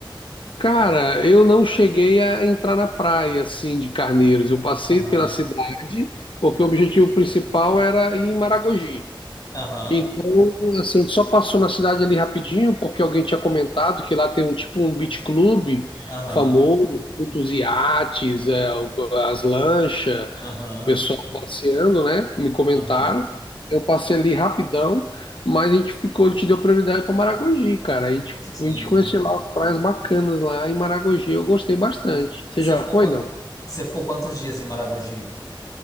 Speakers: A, on the left; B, on the left.
A: cara, eu não cheguei a entrar na praia assim de Carneiros. Eu passei
B: Aham,
A: pela cidade, porque o objetivo principal era ir em Maragogi.
B: aham,
A: Então, assim, a gente só passou na cidade ali rapidinho, porque alguém tinha comentado que lá tem um tipo um beach club
B: aham,
A: famoso, tem muitos iates, é, as lanchas.
B: aham,
A: o pessoal passeando, né? Me comentaram.
B: aham.
A: Eu passei ali rapidão, mas a gente ficou, a gente deu prioridade para Maragogi, cara. A gente,
B: Sim.
A: a gente conheceu lá as praias bacanas lá em Maragogi, eu gostei bastante.
B: Você
A: Você já
B: ficou
A: foi,
B: quant...
A: não?
B: Você ficou quantos dias em Maragogi?